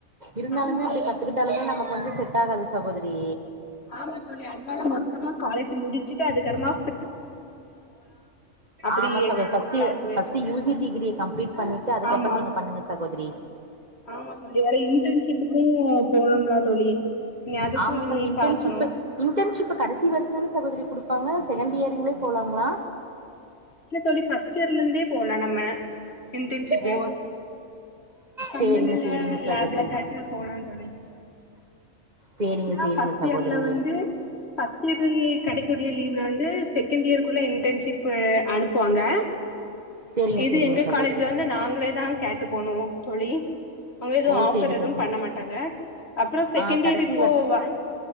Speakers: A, on the right; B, on the left.
A: இருந்தாலுமே
B: ஆமாம்
A: அப்படி கத்துக்கிட்டாலுமே நமக் கு வந்து செட் ஆகாது சகோதிரி
B: ஆமா தோழி அதனால மொத்தமா காலேஜ் முடிச்சிட்டு அதுக்கறமா அப்படி
A: ஆமா
B: X
A: சகோ first
B: class
A: first U G டிகிரிய கம்ப்ளீட் பண்ணிட்டு அதுக்கப்பறோ
B: ஆமா
A: நீங்க பண்ணுங்க சகோதரி
B: ஆமா தோழி வர்ற இன்டர்ன்ஷிப்புக்கு போனும்லா தோழி நீ அதுக்கு
A: ஆமா சகோ
B: நீ
A: இன்டர்ன்ஷிப்பு
B: பாக்கணு
A: இன்டர்ன்ஷிப்பு கடைசி வருசந்தான சகோதரி குடுப் பாங்க செகண்ட் இயருங்களே போலாங்களா
B: இல்ல தோழி ஃபர்ஸ் ட் இயர்ல இருந்தே போலா நம்ம இன்டர்ன்ஷிப்பு
A: ஓ
B: கம்பெனில
A: சேரிங்க சேரிங்க சகோதரி
B: லேப்ல காட்டி போலா தோழி
A: சேரிங்க
B: எப்பனா
A: சேரிங்க
B: ஃபர்ஸ்ட்
A: சகோதரி
B: இயர்ல வந்து ஃபர்ஸ்ட் இயர் கெடைக்கூடிய லீவ்ல வந்து செகண்ட் இயருக்குள்ள இன்டர்ன்ஷிப் அனுப்புவாங்க
A: சேரிங்க
B: இது
A: சேரிங்க
B: எங்க
A: சகோதரி
B: காலேஜ்ல வந்து நாங்களேதா கேட்டு போனு தோழி அவங்க எதுவு
A: ஓ
B: ஆஃபர்
A: சேரிங்க
B: எதுவு
A: ச
B: பண்ண மாட்டாங்க அப்றோ செகண்ட்
A: ஆ கடைசி
B: இயரு போவோ
A: வர்
B: வா